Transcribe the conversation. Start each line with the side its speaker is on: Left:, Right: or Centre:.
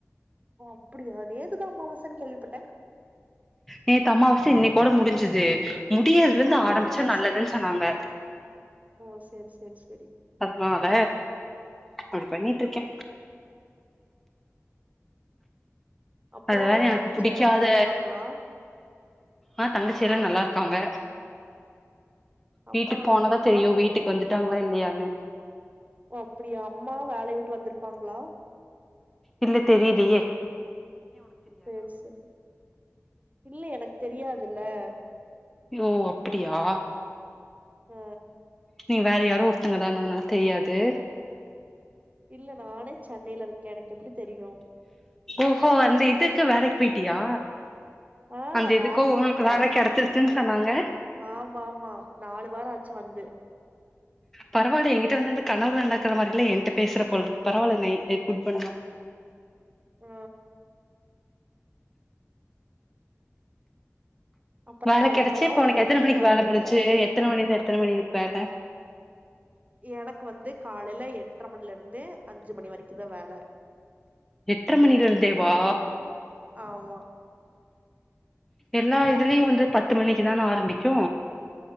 Right: ஓ அப்படியா நேத்து தா அமாவாசன்னு கேள்விப்பட்டே
Centre: நேத்து அம்மாவாச இன்னைகோட முடிஞ்சது முடியறதுல இருந்து
Right: இன்னைக்கு
Centre: ஆரம்பிச்சா
Right: அப்பாவாச
Centre: நல்லதுன்னு சொன்னாங்க
Right: ஓ சேரி சேரி சேரி
Centre: அதுனால அப்டி பண்ணிட்டு இருக்கே
Right: அப்றோ
Centre: அது வேற எனக்கு
Right: தங்கச்சிகல்லா
Centre: பிடிக்காத
Right: நல்லா இருக்காங்களா
Centre: ஆ தங்கச்சியெல்லா நல்லா இருக்காங்க வீட்டுக்கு
Right: அம்மா நல்லா
Centre: போனாதா
Right: இருக்காங்களா
Centre: தெரியு வீட்டுக்கு வந்துட்டாங்களா இல்லையான்னு
Right: ஓ அப்படியா அம்மாவு வேலைய விட்டு வந்திருப்பாங்களா
Centre: இல்ல தெரியலியே
Right: சேரி சேரி இல்ல எனக்கு தெரியாதுல
Centre: ஓ ஓ அப்புடியா
Right: ஆ
Centre: நீ வேற யாரோ ஒருத்தங்கதான்னுன்னு தெரியாது
Right: இல்ல நானே சென்னையில இருக்கே எனக்கு எப்டி தெரியு
Centre: ஓஹோ அந்த இதுக்கு வேலைக்கு போயிட்டியா
Right: ஆ
Centre: அந்த இதுக்கோ
Right: வேலைக்கு
Centre: உனக்கு
Right: வந்துட்டு
Centre: வேல கிடைச்சிருச்சுன்னு சொன்னாங்க
Right: ஆமா ஆமா நாலு வாரம் ஆச்சு வந்து
Centre: பரவால எங்கிட்ட வந்து வந்து கனவுல நடாக்குற மாதிரில என்ட்ட பேசுற போல இருக்கு பரவில்ல நைட் குட் பண்ணா
Right: உ அப்புறோ
Centre: வேலை
Right: நாளைக்கெல்லா
Centre: கிடைச்சி இப்ப உனக்கு
Right: ஒம்போது
Centre: எத்தனமணிக்கு
Right: மணிக்கு வந்துருங்க
Centre: வேலை முடிச்சு எத்தன மணிலயிருந்து எத்தன மணி இருப்ப
Right: எனக்கு வந்து காலைல எட்ர மணில இருந்து அஞ்சு மணி வரைக்கு தா வேல
Centre: எட்டறை மணில இருந்தே வா
Right: ஆமா
Centre: எல்லா இதுலயு வந்து பத்து மணிக்கு தான ஆரம்பிக்கு